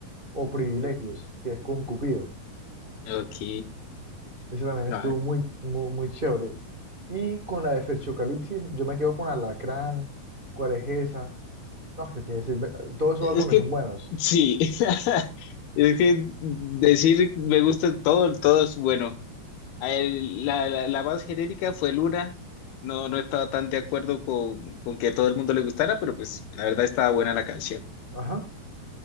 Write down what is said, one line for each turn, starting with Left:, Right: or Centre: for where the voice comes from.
Right: o Privilegios, que es con Cupido.
Left: Ok,
Right: Ese también
Left: no,
Right: estuvo muy, muy, muy chévere. Y con la de Ferchocalipsis, yo me quedo con Alacrán. ¿Cuál es esa? No, es que tiene, sí, me- todos esos
Left: Es
Right: álbumes
Left: que
Right: son buenos.
Left: sí, <laughs> es que decir me gusta todo, todo es bueno. A él, la, la, la más genérica fue Luna. No, no estaba tan de acuerdo con, con que a todo el mundo le gustara, pero pues la verdad estaba buena la canción.
Right: Ajá.